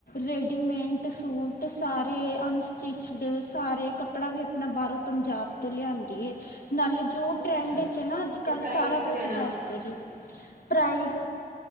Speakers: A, on the left (about 65°); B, on the right (about 65°).
A: ਰੇਡੀਮੇਟ ਸੂਟ ਸਾਰੇ ਅਨਸਚਿਚ ਸਾਰੇ ਕੱਪੜਾ ਵੀ ਆਪਣਾ ਬਾਹਰੋਂ ਪੰਜਾਬ ਤੋਂ ਲਿਆਂਦੀ ਏ ਨਾਲੇ ਜੋ ਟਰੈਂਡ
B: ਅੱਛਾ ਅੱਛਾ।
A: ਵਿਚ ਨਾ ਅੱਜ
B: ਤੇ
A: ਕੱਲ
B: ਪ੍ਰਾਈਜ਼
A: ਸਾਰਾ
B: ਵਗੈਰਾ
A: ਕੁਛ ਦੱਸ ਦੇ ਪ੍ਰਾਈਜ਼